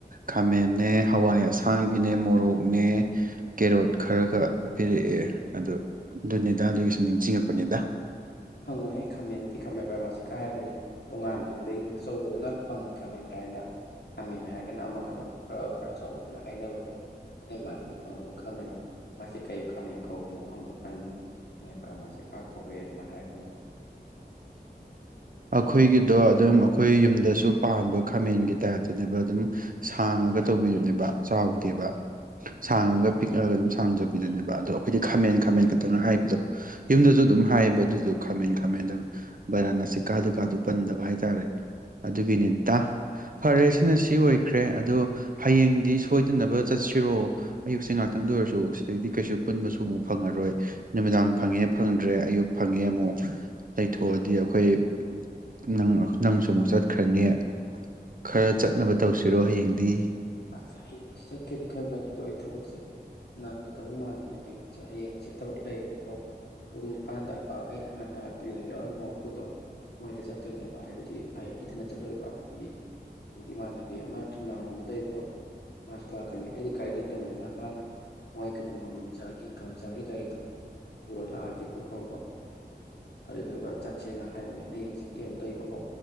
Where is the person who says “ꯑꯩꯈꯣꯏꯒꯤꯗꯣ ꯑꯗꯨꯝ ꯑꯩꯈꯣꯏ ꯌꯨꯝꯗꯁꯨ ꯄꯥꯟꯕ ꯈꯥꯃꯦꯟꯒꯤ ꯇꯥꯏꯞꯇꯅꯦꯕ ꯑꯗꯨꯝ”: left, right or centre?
Right